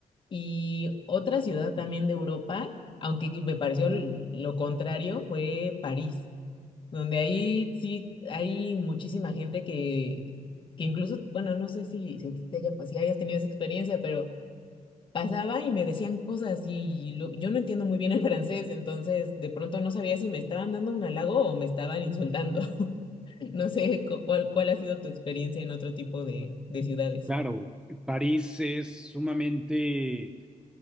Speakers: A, on the left (about 35°); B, in the centre.
A: y otra ciudad también de Europa, aunque que me pareció l- lo contrario, fue París, donde ahí sí hay muchísima gente que, que incluso, bueno, no sé si, si a ti te haya, pas- si hayas tenido esa experiencia, pero pasaba y me decían cosas y lo- yo no entiendo muy bien el francés, entonces de pronto no sabía si me estaban dando un halago o me estaban insultando. <laughs> No sé cu- cuál, cuál ha sido tu experiencia en otro tipo de, de ciudades.
B: Claro, París es sumamente